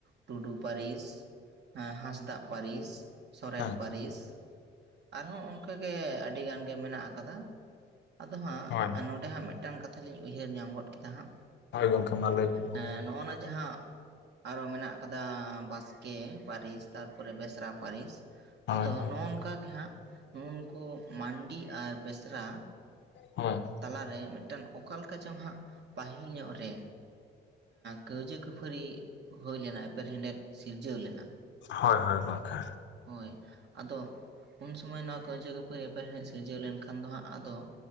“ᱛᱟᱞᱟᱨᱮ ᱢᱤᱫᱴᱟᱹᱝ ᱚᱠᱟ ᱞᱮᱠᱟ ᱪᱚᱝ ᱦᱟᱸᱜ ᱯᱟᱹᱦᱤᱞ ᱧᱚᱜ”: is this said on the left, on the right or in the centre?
Right